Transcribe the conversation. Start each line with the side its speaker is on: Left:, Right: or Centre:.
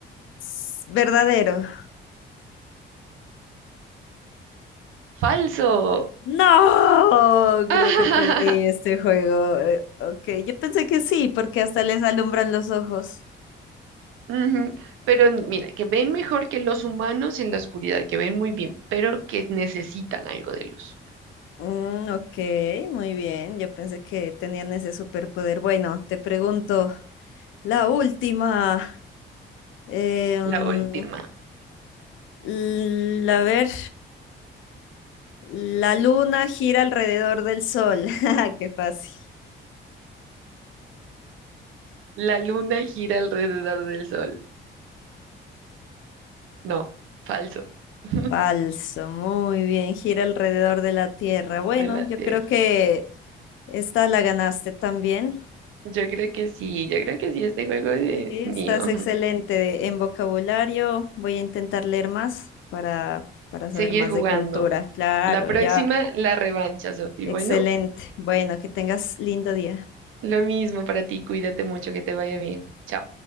Left: S- Verdadero.
Right: Falso.
Left: No, creo
Right: <laughs>
Left: que perdí este juego. Eh, Ok, yo pensé que sí, porque hasta les alumbran los ojos.
Right: Ujú. Pero mira, que ven mejor que los humanos en la oscuridad, que ven muy bien, pero que necesitan algo de luz.
Left: Mm, ok, muy bien. Yo pensé que tenían ese superpoder. Bueno, te pregunto, la última. Em,
Right: La última.
Left: l- a ver, la luna gira alrededor del sol. <laughs> Ja, Qué fácil.
Right: La luna gira alrededor del sol. No, falso. <laughs>
Left: Falso, muy bien, gira alrededor de la Tierra. Bueno,
Right: de la
Left: yo
Right: Tierra.
Left: creo que esta la ganaste también.
Right: Yo creo que sí, yo creo que sí, este juego es
Left: Sí, Estás
Right: mío. <laughs>
Left: excelente en vocabulario. Voy a intentar leer más para, para saber
Right: Seguir
Left: más
Right: jugando.
Left: de cultura. Claro,
Right: La próxima,
Left: ya.
Right: la revancha, Sofi.
Left: Excelente.
Right: Bueno,
Left: Bueno, que tengas lindo día.
Right: lo mismo para ti, cuídate mucho, que te vaya bien. Chao.